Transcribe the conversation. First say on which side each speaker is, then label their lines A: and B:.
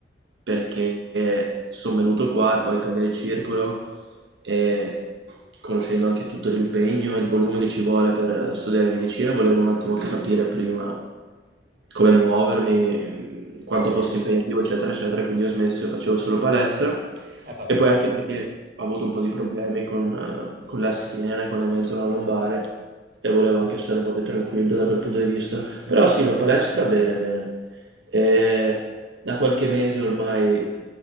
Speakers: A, on the right; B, on the right.
A: perché sono venuto qua e poi cambiare circolo e conoscendo anche tutto l'impegno e il volume che ci vuole per studiare medicina, volevo un attimo capire prima come muovermi, quanto
B: Sì,
A: fosse
B: hai
A: impegnativo, eccetera, eccetera. Quindi ho smesso e facevo solo palestra.
B: fatto
A: E poi
B: bene.
A: anche perché ho avuto un po' di problemi con, eh, con la schiena, con la mia zona lombare e volevo anche stare un po' più tranquillo da quel punto di vista. Però sì, la palestra bene, bene. E da qualche mese ormai